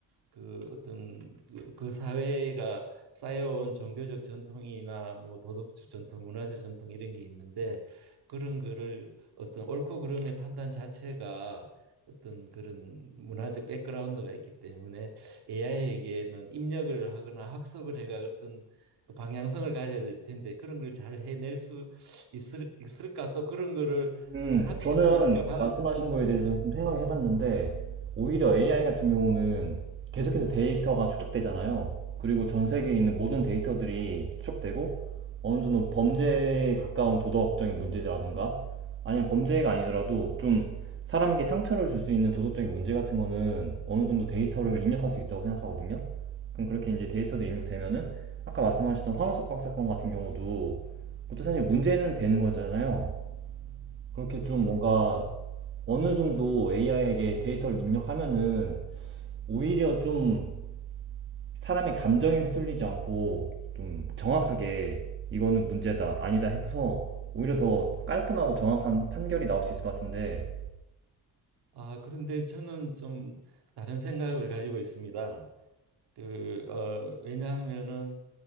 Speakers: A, on the right (about 70°); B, on the right (about 30°).
A: 그 어떤 그, 그 사회가 쌓여온 종교적 전통이나 뭐 도덕적 전통, 문화적 전통 이런 게 있는데 그런 거를 어떤 옳고 그름의 판단 자체가 어떤 그런 문화적 백그라운드가 있기 때문에 AI에게는 입력을 하거나 학습을 해가 어떤 그 방향성을 가져야 될 텐데 그런 걸 잘 해낼 수 있을, 있을까 또 그런 거를
B: 음,
A: 상식으로
B: 저는
A: 우리가 받아들일
B: 말씀하신
A: 수
B: 거에
A: 있을까
B: 대해서
A: 하는
B: 좀 생각해 을 봤는데, 오히려 AI
A: 예,
B: 같은 경우는 계속해서 데이터가 축적되잖아요. 그리고 전 세계에 있는 모든 데이터들이 추적되고, 어느 정도 범죄에 가까운 도덕적인 문제라던가, 아니면 범죄가 아니더라도 좀 사람에게 상처를 줄 수 있는 도덕적인 문제 같은 거는 어느 정도 데이터를
A: 예.
B: 입력할 수 있다고 생각하거든요. 그럼 그렇게 이제 데이터들이 입력되면은, 아까 말씀하셨던 황우석 박사건 같은 경우도, 그것도 사실 문제는 되는 거잖아요. 그렇게 좀
A: 예.
B: 뭔가 어느 정도 AI에게 데이터를 입력하면은 오히려 좀 사람의 감정에 휘둘리지 않고 좀 정확하게 이거는 문제다, 아니다 해서 오히려 더 깔끔하고 정확한 판결이 나올 수 있을 것 같은데
A: 아, 그런데 저는 좀 다른 생각을 가지고 있습니다. 그, 어, 왜냐하면은